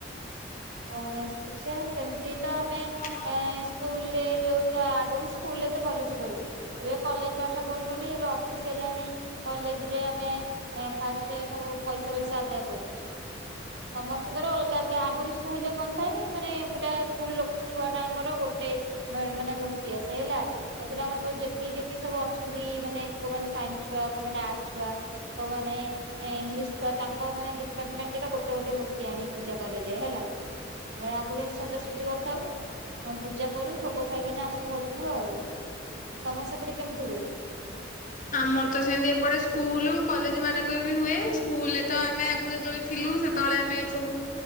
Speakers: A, on the right (about 65°); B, on the left (about 40°).
A: ଗଣେଶ ପୂଜା ସେମତି ତ ଆମେ ଏ
B: ଆମ
A: ସ୍କୁଲରେ ଯୋଉ ଆଗରୁ ସ୍କୁଲରେ ତ ଭଲସେ କରୁ ଏବେ କଲେଜ ପାଠ ପଢି ଲୁନି ଏବେ ଅଫିସ ହେଲାଣି କଲେଜରେ ଆମେ ଫାଷ୍ଟ ସବୁ ପଇସା ପଇସା ଆଦାୟ କରୁ। ସମସ୍ତଙ୍କର ଅଲଗା ଅଲଗା ଆଗରୁ ସ୍କୁଲରେ କଣ ଥାଏ ମାନେ ପୁରା ସ୍କୁଲ ଛୁଆ ଟାଙ୍କର ଗୋଟେ ମ ମାନେ ମୂର୍ତ୍ତି ଆସେ ହେଲା। ଏଥିରେ ଆମର ଯେତିକି ଯେତି ସବୁ ଅଛନ୍ତି ମାନେ କୋଉମାନେ ସାଇନ୍ସ ଛୁଆ କୋଉମାନେ ଆର୍ଟସ ଛୁଆ। କଉମାନେ ଏ ଇଂଲିଶ ଛୁଆ ତାଙ୍କ ମାନେ ଡିପାର୍ଟମେଟ ର ଗୋଟେ ଗୋଟେ ମୂର୍ତ୍ତି ଆଣିକି ପୂଜା କରାଯାଏ ହେଲା। ଆମେ ଆଗରୁ ଆସି ସଜାସଜି କରିଥାଉ ଆମେ ପୂଜା କରୁ ଭୋଗ ଖାଇକିନା ଆସୁ ଘରକୁ ଆଉ। ତମ ସେପଟେ କେମିତି ହୁଏ?
B: ଆମର ତ ସେମିତି ଏପଟେ ସ୍କୁଲ କଲେଜ ମାନଙ୍କରେ ବି ହୁଏ ସ୍କୁଲ ରେ ତ ଆମେ ଆଗରୁ ଯେତବେ ଥିଲୁ ସେତେବେଳେ ଆମେ ସବୁ